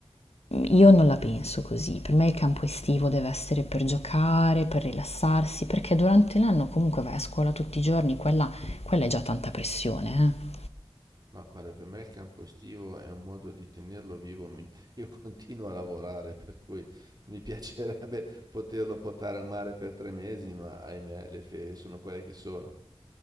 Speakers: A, on the left; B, on the right.
A: Io non la penso così, per me il campo estivo deve essere per giocare, per rilassarsi, perché durante l'anno comunque vai a scuola tutti i giorni, quella, quella è già tanta pressione. eh.
B: Ma guarda, per me il campo estivo è un modo di tenerlo vivo mentre io <laughs> continuo a lavorare, per cui mi piacerebbe poterlo portare al mare per tre mesi, ma ahimè, le ferie sono quelle che sono.